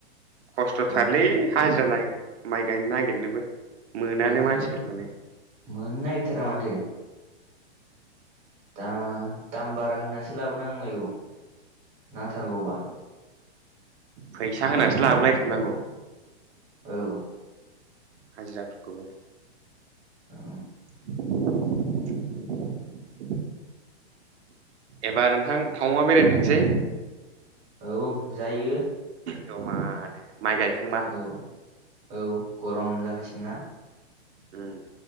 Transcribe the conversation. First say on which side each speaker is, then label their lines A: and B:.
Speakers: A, on the right; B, on the right.
A: खस्थ'थारलै
B: मोननो नागिरा
A: हाजिरा नागिर माइ गायनो नागिरनोबो मोनानो
B: गोयालै
A: मानसिफोरखौनो
B: मोननायथारा माथो। दा दाम बारा होनासो लाबोनांलायगौ नांथारगौबा
A: फैसा होनासो लाबोलायथारनांगौ
B: औ
A: हाजिराफोरखौबो
B: औ
A: <inaudible> एबार नोंथां टावांयाव बेरायनो थांसै
B: औ जायो।
A: जमानो माइ गायखांबा
B: औ औ गरम जाखासिगोन ना।
A: उम